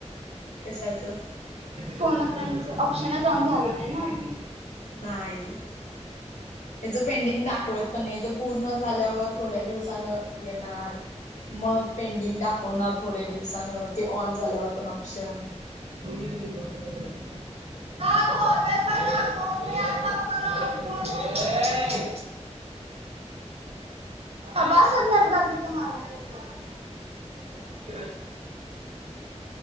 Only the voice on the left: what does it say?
कशाचं?
नाही. हेजं पेंडिंग दाखवत पण नाही, हेजं पूर्ण झाल्यावर थोड्या दिवसानं येणार. मग पेंडिंग दाखवणार थोड्या दिवसानं, ते ऑन झाल्यावर पण ऑप्शन.